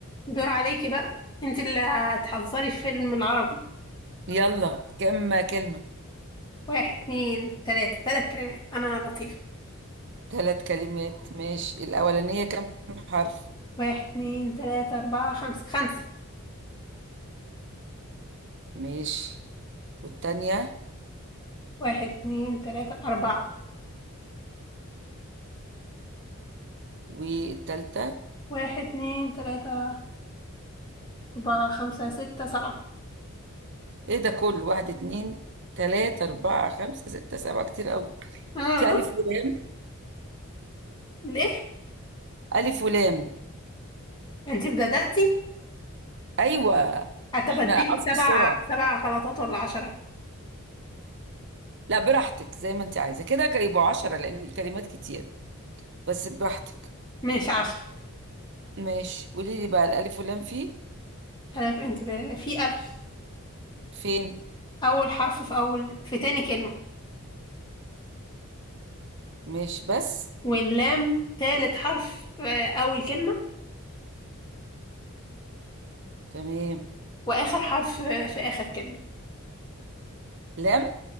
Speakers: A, on the left; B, on the right.
A: دور عليكي بقى انت اللي هتحضري الفيلم العربي
B: يلا كم كلمة
A: واحد اتنين تلاتة تلات كلمات انا لطيفة
B: ثلاث كلمات ماشي الأولانية كم حرف
A: واحد اتنين تلاتة اربعة خمسة خمسة
B: ماشي والتانية
A: واحد اتنين تلاتة اربعة
B: والتالتة
A: واحد اتنين تلاتة اربعة خمسة ستة سبعة
B: ايه ده كله واحد اتنين تلاتة أربعة خمسة ستة سبعة كتير أوي
A: اه
B: في ألف ولام
A: ليه
B: ألف ولام
A: انت بدأتي
B: أيوة
A: هتفديكي
B: احنا عارفين
A: سبع
B: بسرعة
A: سبع غلطات ولا عشرة
B: لا براحتك زي ما انت عايزة كده كده يبقوا عشرة لأن الكلمات كتير بس براحتك
A: مش عشرة
B: ماشي قولي لي بقى الألف ولام فيه
A: هدف انت ب- في الف
B: فين
A: اول حرف في اول في تاني كلمة
B: ماشي بس
A: واللام تالت حرف في اول كلمة
B: تمام
A: واخر حرف في اخر كلمة
B: لام